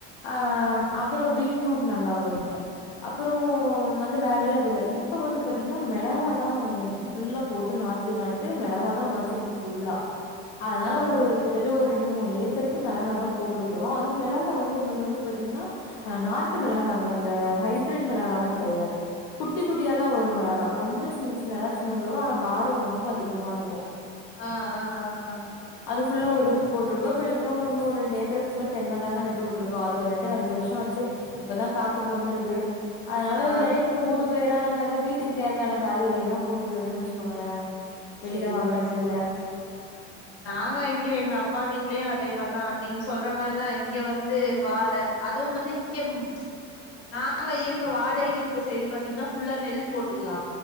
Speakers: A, on the left; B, on the left.
A: ஆ அப்பறோ பீட்ரூட் நல்லா வரு இங்க அப்பறோ வந்து வேறெல்லா எதுல்ல இப்ப வந்து பாத்தீங்கன்னா மெளகா தா ஃபுல்லா போட்டு நாத்து நட்டு மெளகா தா மொளச்சிருக்கு ஃபுல்லா அதனால
B: ஆ ஆ
A: ஒரு
B: ஆ
A: கிட்டத தட்ட ஒரு ரெண்டு மூணு ஏக்கருக்கு மெளகா தா போட்ருக்குறோ அது மெளகா வந்து எங்கள்து வந்து பாத்தீங்கன்னா ஆ நாட்டு மெளகாங்க இந்த ஹைப்பிரிட் மெளகால்லா கெடயாது குட்டி குட்டியா தா வரு மெளகா ரொம்ப சின்ன சின்னதா சின்னோன்டு வரு ஆனா காரோ ரொம்ப அதிகமாருக்கு
B: ஆ ஆ ஆ ஆ
A: அது ஃபுல்லா ஒரு இதுக்கு போட்ருக்கோ அப்றோ இன்னொன்னு இன்னு ஒரு ரெண்டு ஏக்கருக்கு ஃபுல்லா தென்ன தாங்க நட்டு வுட்ருக்கோ அது ந ட்டு அஞ்சு வர்ஷோ ஆச்சு இப்பதா காப்புக்கு வந்துருக்கு அதனால
B: ஆ ஆ
A: எடைக்கு வூடு பேரா நம்ம எதாவ் வீட்டுக்கு தேவயான காய்கறி எல்லா போட்டுக்கறதுன்னு வச்சுக்கோங்களே வெளில
B: சேரி
A: வாங்குறது
B: சேரி
A: இல்ல
B: நாங்க இங்க எங்கப்பா வீட்லயே அதேமார் தா நீங் சொல்ற மாரிதா இங்க வந்து வாழ அதுவும் வந்து இங்க ம் நாங்க இருக்க வாடைக்கி இருக்க சைடு பாத்தீங்கன்னா ஃபுல்லா நெல் போட்டுக்லா